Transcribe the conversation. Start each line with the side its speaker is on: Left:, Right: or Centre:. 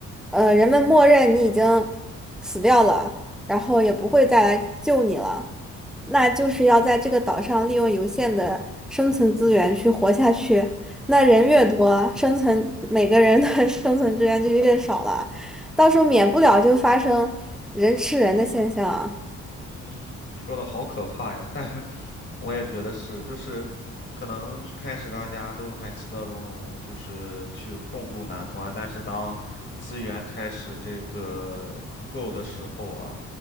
Centre: 呃，人们默认你已经死掉了。然后也不会再来救你了。那就是要在这个岛上利用有限的生存资源去活下去。那人越多，
Left: 嗯哼
Centre: 生存每个人的 <laughs> 生存资源就越少了，到时候免不了就发生人吃人的现象啊。
Left: 嗯，你说的好可怕呀！但是 <laughs> 我也觉得是，就是可能一开始大家都还其乐融融，就是去共度难关。但是当资源开始这个不够的时候啊，